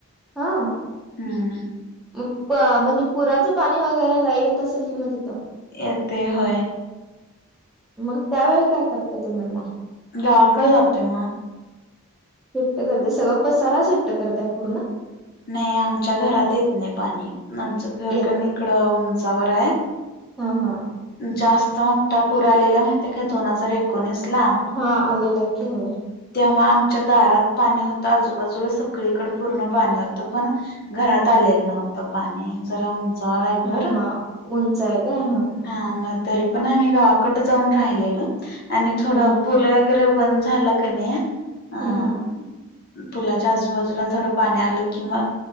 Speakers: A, in the centre; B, on the left.
A: होव.
B: हम्म
A: म् प् म्हणजे पुराचं पाणी वगैरे लय येत असेल की म् तिथं?
B: येतय होय.
A: मंग त्यावेळी काय करताय तुम्ही म्?
B: गावाकडे जातोय मग.
A: शिफ्ट करतय. सगळा पसारा शिफ्ट करताय पूर्ण?
B: नाही आमच्या घरात येत नाही पाणी आमचं घर
A: येत
B: कनी इकडं उंचावर हाय.
A: हं हं
B: जास्त मोठा पुर आलेला माहितय का दोन हजार एकोणीसला.
A: हा आलेला की होय.
B: तेव्हा आमच्या दारात पाणी होतं, आजूबाजूला सगळीकडं पूर्ण पाणी हो त पण, घरात आलेलं नव्हतं पाणी, जरा उंच उंचावर हाय घर,,
A: हा हा उंच आहे काय
B: हा म ते तरीपण आम्ही गावाकडं जाऊन राहिलेलं, आणि थोडं
A: हम्म
B: पुलं वगैरे बंद झाला का नि, अ
A: हम्म
B: पुलाच्या आजूबाजूला थोडं पाणी आलं किं म